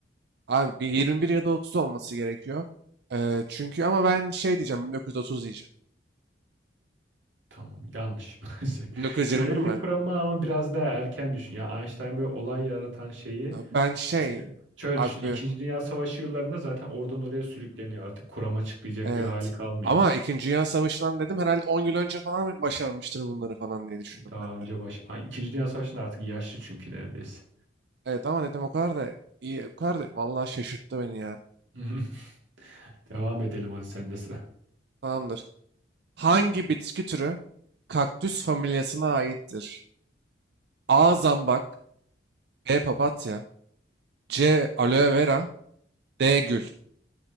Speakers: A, on the right; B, on the right.
A: Abi bir 21 ya da 30 olması gerekiyor. Ee, çünkü ama ben şey diyeceğim 1930 diyeceğim.
B: Tamam, yanlış. <laughs>
A: 1921
B: Görelilik
A: mi?
B: kuramı ama biraz daha erken düşün. Ya Einstein böyle olay yaratan şeyi
A: Ya Ben şey
B: işte şöyle
A: abi
B: düşün. İkinci Dünya Savaşı yıllarında zaten oradan oraya sürükleniyor. Artık kuram açıklayacak
A: evet
B: bir hali kalmıyor.
A: ama İkinci Dünya Savaşı'ndan dedim herhalde 10 yıl önce falan başarmıştır bunları falan diye düşündüm
B: Daha
A: ben
B: önce
A: de.
B: baş... Ay, İkinci Dünya Savaşı'nda artık yaşlı çünkü neredeyse.
A: Evet ama dedim o kadar da iyi o kadar da vallahi şaşırttı beni ya.
B: <laughs> Devam edelim hadi sende sıra.
A: Tamamdır. Hangi bitki türü kaktüs familyasına aittir? A. Zambak B. Papatya C. Aloe vera D. Gül.